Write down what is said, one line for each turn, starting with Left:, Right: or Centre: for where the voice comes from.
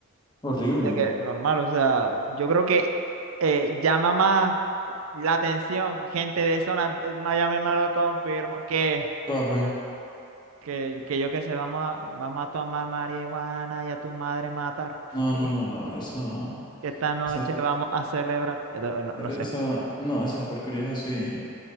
Left: Horrible.
Right: de que normal, o sea, yo creo que eh, llama más la atención gente de zona, eh, Miami me lo confirmo, que,
Left: Va, pues,
Right: que, que yo que sé, vamos a, vamos a tomar marihuana y a tu madre matar,
Left: no,
Right: <laughs> que,
Left: no, no, no, esa,
Right: que esta noche
Left: esa,
Right: vamos a celebrar, Eh, No, no no
Left: esa,
Right: sé,
Left: no, esas porquerías así.